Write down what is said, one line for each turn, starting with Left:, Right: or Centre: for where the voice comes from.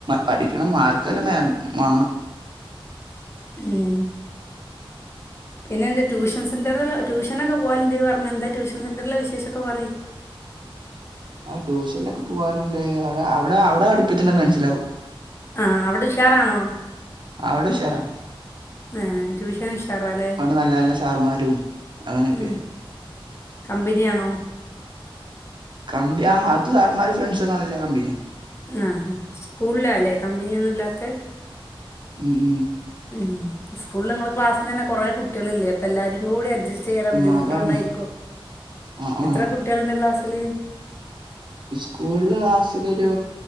Right: പഠിക്കണം മാർക്ക്‌ എല്ലാംമേ വാങ്ങണം
Left: ഉമ് പിന്നെ എന്ത് ട്യൂഷൻ സെന്ററ ട്യൂഷനൊക്കെ പോവല്ണ്ട് പറഞ്ഞ് എന്താ ട്യൂഷൻ സെന്ററിലെ വിശേഷയൊക്കെ പറയ്
Right: ആ ട്യൂഷൻലൊക്കെ പോവാറുണ്ട് അവിടെ അവിടെ അവിടെ പഠിപ്പിക്കണതൊക്കെ മനസ്സിലാവും
Left: ആ അവിടെ ഉഷാറാണോ
Right: അവിടെ ഉഷാറാണ്
Left: ആ ട്യൂഷൻ ഉഷാറാല്ലേ
Right: അവിടെ നല്ല നല്ല സാറമാരും അങ്ങനെയൊക്കെ
Left: ഉം കമ്പനിയാണോ
Right: കമ്പി ആ അവ്ടുത്തെ സാറന്മാര് ഫ്രണ്ട്സും നല്ല കമ്പനിയാ.
Left: ആ സ്കൂളിലാല്ലേ കമ്പനിയൊന്നുംല്ലാത്തത്.
Right: ഉം ഉം
Left: ഉം സ്കൂളിൽ ഇങ്ങളെ ക്ലാസ്സിലെന്നെ കൊറേ കുട്ടിയേളില്ലേ അപ്പ എല്ലാരും കൂടി അഡ്ജസ് ചെയ്യാല
Right: ഉം
Left: ബുദ്ധിമുട്ടൊണ്ടായിരിക്കും.
Right: ആഹ് അതാണ് ആ ആ
Left: എത്ര കുട്ട്യാള്ണ്ട് ക്ലാസ്സി ല്
Right: ഉസ്കൂളില് ക്ലാസ്സിലൊരു